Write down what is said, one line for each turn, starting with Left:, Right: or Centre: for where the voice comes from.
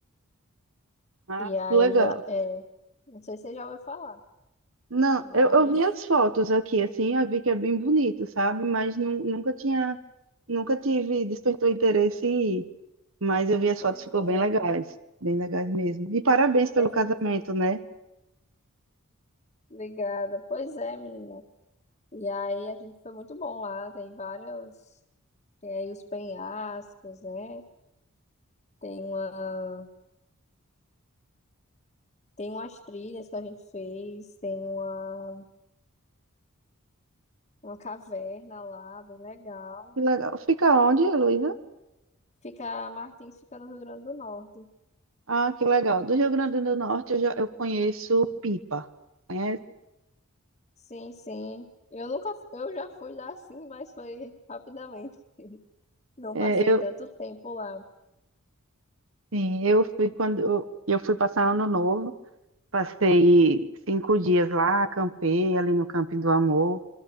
Right: Ah,
Left: E aí,
Right: que legal.
Left: lá- é, não sei se você já ouviu falar,
Right: Não,
Left: mas,
Right: eu, eu vi as fotos aqui, assim, eu vi que é bem bonito, sabe? Mas nu- nunca tinha, nunca tive, despertou interesse em ir. Mas eu vi as
Left: pois
Right: fotos, ficou
Left: é.
Right: bem legais. Bem legais mesmo. E parabéns pelo
Left: É,
Right: casamento, né?
Left: Obrigada. Pois é, menina. E aí a gente foi muito bom lá. Tem vários. Tem aí os penhascos, né? Tem uma, tem umas trilhas que a gente fez, tem uma, uma caverna lá, bem legal.
Right: Que legal. Fica onde, Heloísa?
Left: Fica, Martins fica no Rio Grande do Norte.
Right: Ah, que legal. Do Rio Grande do Norte eu, já, eu conheço Pipa. Conhece?
Left: Sim, sim. Eu nunca, eu já fui lá sim, mas foi rapidamente. Não
Right: É,
Left: passei
Right: eu,
Left: tanto tempo lá.
Right: sim, eu fui quando eu, eu fui passar ano novo. Passei cinco dias lá, acampei ali no Camping do Amor.